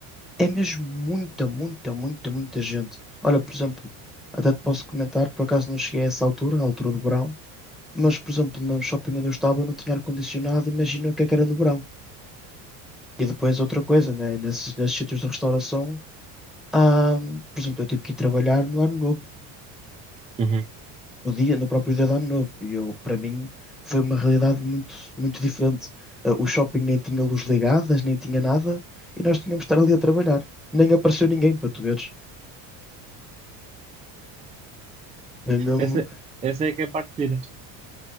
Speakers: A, in the centre; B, on the right.
A: é mesmo muita, muita, muita, muita gente. Olha, por exemplo, até te posso comentar, por acaso não cheguei a essa altura, à altura do verão, mas, por exemplo, no shopping onde eu estava não tinha ar-condicionado, imagina o que é que era no verão. E depois outra coisa, né? Nesses, nesses sítios de restauração, há, por exemplo, eu tive que ir trabalhar no ano novo.
B: Uhum.
A: no dia, no próprio dia de Ano Novo. E eu, para mim, foi uma realidade muito, muito diferente. Ah, o shopping nem tinha luz ligadas, nem tinha nada, e nós tínhamos de estar ali a trabalhar. Nem apareceu ninguém, para tu veres. Foi mesmo,
B: Essa, essa é que é a parte